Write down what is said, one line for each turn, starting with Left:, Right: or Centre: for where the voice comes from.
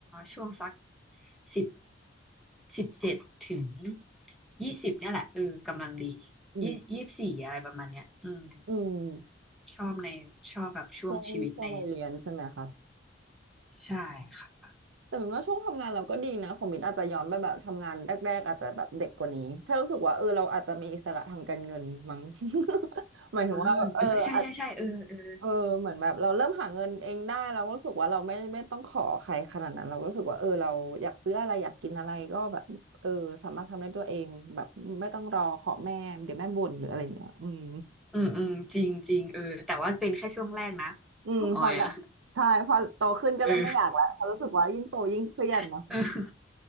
Centre: ช่วงสักสิบสิบเจ็ดถึงยี่สิบเนี่ยแหละเออกำลังดียี่ยี่สิบสี่อะไรประมาณเนี้ยอืม
Right: อืมอืม
Centre: ชอบในชอบแบบช่วงชีวิตใน
Right: ช่วงช่วงวัยเรียนใช่ไหมคะ
Centre: ใช่ค่ะ
Right: แต่เหมือนว่าช่วงทำงานเราก็ดีนะของมินอาจจะย้อนไปแบบทำงานแรกๆอาจจะแบบเด็กกว่านี้แค่รู้สึกว่าเออเราอาจจะมีอิสระทางการเงินมั้ง <laughs> หมายถึงว่าเอออาจ
Centre: อ่าเออใช่ใช่ใช่เออเออ
Right: เออเหมือนแบบเราเริ่มหาเงินเองได้เราก็รู้สึกว่าเราไม่ไม่ต้องขอใครขนาดนั้นเราก็รู้สึกว่าเออเราอยากซื้ออะไรอยากกินอะไรก็แบบเออสามารถทำได้ตัวเองแบบไม่ต้องรอขอแม่เดี๋ยวแม่บ่นหรืออะไรอย่างเงี้ยอืม
Centre: อืมอืมจริงจริงเออแต่ว่าเป็นแค่ช่วงแรกนะ
Right: อืมพอละใช่พอโตขึ้นก็เริ่มไม่อยากละเพราะรู้สึกว่ายิ่งโตยิ่งเครียดเนาะ
Centre: ออยอ่ะเออ <laughs> เออ